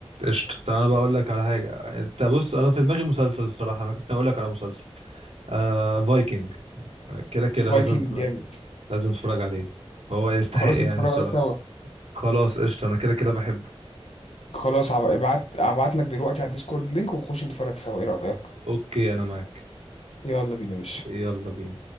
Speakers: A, on the right; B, on the left.
A: قشطه طب انا بقى اقول لك على حاجه انت بص انا في دماغي مسلسل الصراحه انا كنت هقول لك على مسلسل آه فايكنج آه، كده كده لازم
B: فايكنج
A: أتفرج-
B: جامد
A: لازم اتفرج عليه هو يستحق
B: خلاص
A: يعني
B: نتفرج
A: الصراحه
B: عليه سوا
A: خلاص قشطه انا كده كده بحبه
B: خلاص هبقى- ابعت ابعت لك دلوقتي على الديسكورد لينك ونخش نتفرج سوا ايه رأيك
A: اوكي انا معاك
B: يلا بينا يا باشا
A: يلا بينا